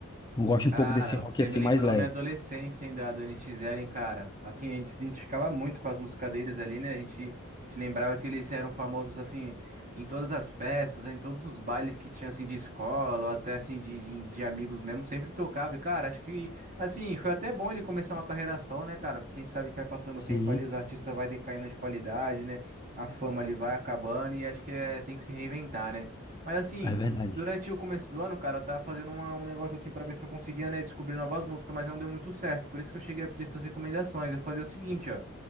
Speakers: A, on the left; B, on the right.
A: eu gosto
B: Cara,
A: um pouco desse rock
B: você
A: assim
B: me lembrou
A: mais leve.
B: minha adolescência, hein, da do NX Zero, hein, cara. Assim, a gente se identificava muito com as músicas deles ali, né? A gente se lembrava que eles eram famosos, assim, em todas as festas, né, em todos os bailes que tinha, assim, de escola, ou até, assim, de, de, de amigos mesmo, sempre tocava. E, cara, acho que, assim, foi até bom ele começar uma carreira só, né, cara? Porque a gente sabe que vai passando
A: Sim.
B: o tempo ali, os artistas vai decaindo de qualidade, né? A fama ali vai acabando e acho que é, tem que se reinventar, né? Mas, assim...
A: É verdade.
B: Durante o começo do ano, cara, eu tava fazendo uma- um negócio assim pra ver se eu conseguia, né, descobrir novas músicas, mas não deu muito certo. Por isso que eu cheguei a pedir essas recomendações. Eu fazia o seguinte, ó.